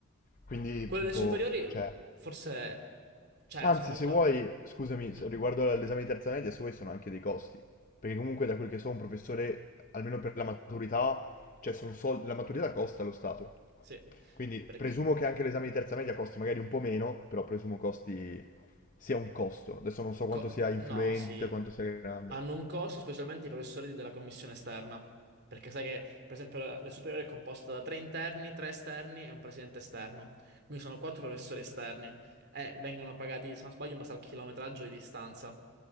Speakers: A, on the left; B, on the right.
A: Quindi,
B: Quelle
A: boh,
B: delle superiori,
A: cioè...
B: forse... Cioè,
A: Anzi,
B: sono molto
A: se vuoi,
B: d'accordo.
A: scusami,
B: Mhm,
A: se- riguardo all'esame di terza media, se vuoi sono anche dei costi. Perché comunque da quel che so un professore, almeno per la maturità, cioè sono soldi, la maturità costa allo Stato.
B: Sì,
A: Quindi
B: perché...
A: presumo che anche l'esame di terza media costi magari un po' meno, però presumo costi sia un costo. Adesso non so
B: co-
A: quanto sia influente,
B: No, sì.
A: quanto sia grande.
B: Hanno un costo specialmente i professori della commissione esterna. Perché sai che, per esempio, la la superiore è composta da tre interni, tre esterni e un presidente esterno. Quindi sono quattro professori esterni. E vengono pagati, se non sbaglio, in base al chilometraggio di distanza.